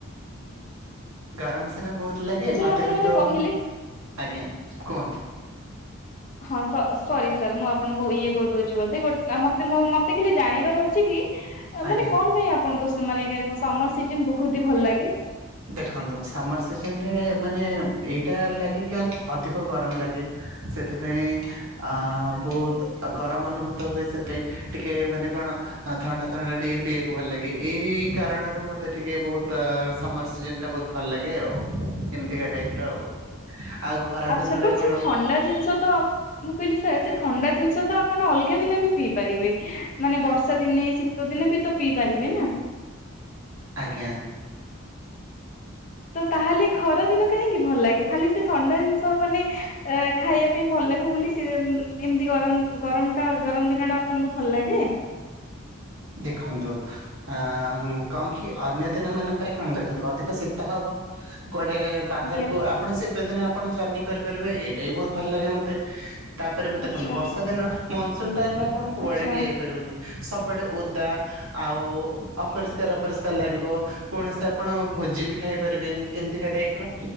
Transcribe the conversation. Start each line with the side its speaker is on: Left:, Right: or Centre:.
Right: ଗରମ ସିନା ବହୁତ ଲାଗେ।
Left: ଆଚ୍ଛା
Right: ମତେ
Left: ଆପଣ
Right: କିନ୍ତୁ
Left: କହିଲେ
Right: ଆଜ୍ଞା କୁହନ୍ତୁ।
Left: ହଁ ସରି ସରି ମୁଁ ଆପଣଙ୍କୁ ଇଏ କରିଦୋଉଛି ବୋଧେ ମତେ ମତେ ଖାଲି ଜାଣିବାର ଅଛି କି
Right: ଆଜ୍ଞା।
Left: ମାନେ କଣ ପାଇଁ ଆପଣଙ୍କୁ ମାନେ ସମର ସିଜନ ବହୁତ ହି ଭଲ ଲାଗେ।
Right: ଦେଖନ୍ତୁ ସମର ସିଜନ ରେ ମାନେ ଏଇଟା ଲାଗେ କି ଅଧିକ ଗରମ ଲାଗେ। ସେଥିପାଇଁ ଆ ବହୁତ ଆ ଗରମ ଅନୁଭୂତ ହୁଏ ସେଥିପାଇଁ, ଟିକେ ମାନେ କଣ ଥଣ୍ଡା ଥଣ୍ଡା ଟିକେ ପିଇବାକୁ ଭଲ ଲାଗେ। ଏଇ କାରଣରୁ ମତେ ଟିକେ ବହୁତ ସମର ସିଜନ ଟା ବହୁତ ଭଲ ଲାଗେ ଆଉ। ଏମିତିକା ଟାଇପ ର ଆଉ ଆଉ ଖରା
Left: ଆଚ୍ଛା
Right: ଦିନରେ
Left: ପଛ
Right: କଣ
Left: ଥଣ୍ଡା ଜିନିଷ ତ ମୁଁ କହିଲି ସାର୍ ସେ ଥଣ୍ଡା ଜିନିଷ ତ ଆପଣ ଅଲଗା ଦିନ ବି ପିଇ ପାରିବେ ମାନେ ବର୍ଷା ଦିନେ ଶୀତ ଦିନେ ବି ତ ପିଇ ପାରିବେ ନା।
Right: ଆଜ୍ଞା।
Left: ତ ତାହେଲେ ଖରା ଦିନ କାହିଁକି ଭଲ ଲାଗେ। ଖାଲି ସେ ଥଣ୍ଡା ଜିନିଷ ମାନେ ଅ ଖାଇବା ପାଇଁ ଭଲ ଲାଗେ ବୋଲି ସେ ଏମିତି ଗରମ ଗରମ ଟା ଗରମ ଦିନ ଟା ଆପଣଙ୍କୁ ଭଲ ଲାଗେ।
Right: ଦେଖନ୍ତୁ। ଅ କଣ କି ଅନ୍ୟ ଦିନ ମାନଙ୍କରେ କଣ ଦେଖନ୍ତୁ, ଅଧିକ ଶୀତ ହବ କୁଆଡେ ବାହାର
Left: ଆଜ୍ଞା
Right: କୁ ଆପଣ ଶୀତ ଦିନେ ଆପଣ ଜନି ପରିପାରିବେ ଏଇଟା ବି ବହୁତ ଭଲ ଗନାତେ। ତାପରେ ବି ଦେଖନ୍ତୁ
Left: ଆଚ୍ଛା।
Right: ବର୍ଷା ଦିନ ମନସୁନ ଟାଇମ ରେ ଆପଣ କୁଆଡେ
Left: ଆଚ୍ଛା
Right: ବି ଯାଇପାରିବେନି। ସବୁଆଡେ ସବୁଆଡେ ଓଦା ଆଉ ଅପରିଷ୍କାର-ଅପରିଷ୍କାର ଲାଗିବ କୌଣସି ଆପଣ ଭୋଜି ବି ଖାଇପାରିବେନି। ଏମିତିକା ଟାଇପ ର